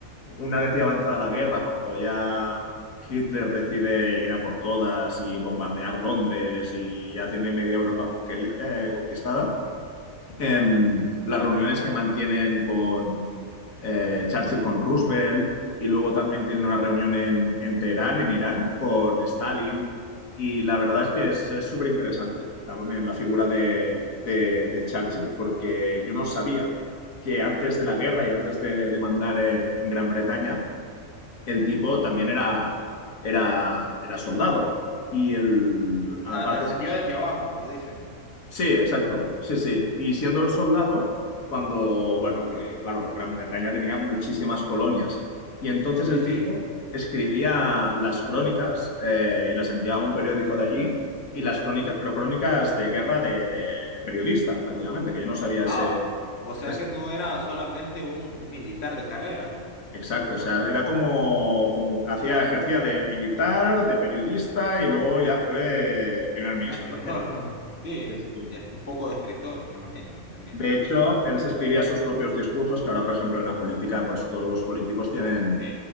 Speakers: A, on the left; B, on the left.
A: una vez ya avanzada la guerra, cuando ya Hitler decide ir a por todas y bombardear Londres y ya tiene media Europa conquerida- eh, conquistada, em, las reuniones que mantienen con eh, Churchill, con Roosevelt, y luego también tienen una reunión en, en Teherán, en Irán, con Stalin. Y la verdad es que es es súper interesante también la figura de, de- de Churchill, porque yo no sabía que antes de la guerra y antes de, de mandar en, en Gran Bretaña, el tipo también era, era, era soldado. Y el, aparte,
B: A- ascendió desde abajo, como dicen.
A: Sí, exacto. Sí, sí. Y siendo soldado, cuando, bueno, que claro, Gran Bretaña tenía muchísimas colonias. Y entonces
B: Sí,
A: el
B: sí.
A: tipo escribía las crónicas eh, y las enviaba a un periódico de allí. Y las crónicas, pero crónicas de guerra de, de- de periodista, prácticamente, que yo no sabía
B: Ah,
A: ese.
B: o sea
A: esa-
B: que no era solamente un, un militar de carrera,
A: Exacto. O sea, era como, como hacía, ejercía de militar, de periodista y luego ya fue primer ministro
B: a escritor.
A: también. O
B: <laughs>
A: sea,
B: Sí,
A: sí, sí.
B: y es un poco de escritor, me imagino, también.
A: De hecho, él se escribía sus propios discursos, que ahora, por ejemplo, en la política, pues todos los políticos tienen
B: Sí,